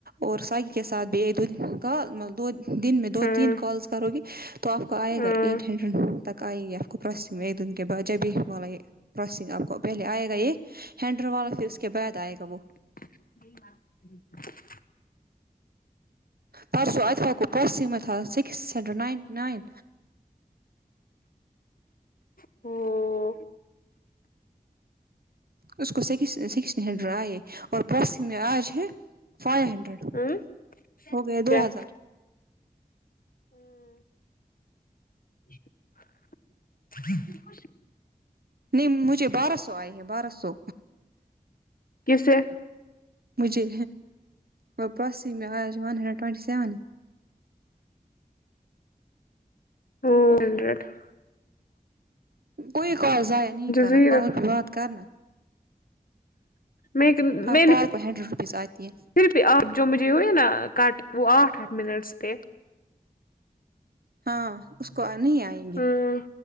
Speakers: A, on the right; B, on the left.
A: اور ساگی کے ساتھ بھی دو دن کال مطلب دو دن میں دو
B: ہاں
A: تین کالس کرو گے تو آپ کو آئے
B: ہاں
A: گا ایٹ ہنڈریڈ تک آئیں گے کپرسسیم دن کے بعد جب <unintelligible> والا یہ پروسسنگ آپ کو پہلے آئے گا یہ ہینڈر والا پھر اس کے بعد آئے گا وہ
B: ج <inaudible>
A: پرسو اچھا آپ کو پروس میں تھا سکس ہنڈریڈ نائنٹی نائن
B: ہ ہوں
A: اس کو سکس سکس نے ڈراے ہے اور پس آج ہے فائیو ہنڈریڈ
B: ہوں
A: ہو گئے
B: کیا
A: دو ہزار
B: <inaudible>
A: نہیں مجھے بارہ سو آئی ہے بارہ سو
B: کیسے
A: مجھے وہ پراسی میں آیا ون ہنڈریڈ ٹوئونٹی سیون ہے
B: ہو ٹھا
A: کوئی کالز ائے نہیں کنا
B: زیرو
A: کال پہ بات کرنا
B: میں
A: ہر
B: میں نے
A: کال کو ہنڈریڈ روپیز آتی ہے
B: پھر بھی آپ جو مجھے ہوئیے نا کٹ وہ آٹھ آٹھ منٹس تھے
A: ہاں اس کو نہیں آئیں گے
B: ہاں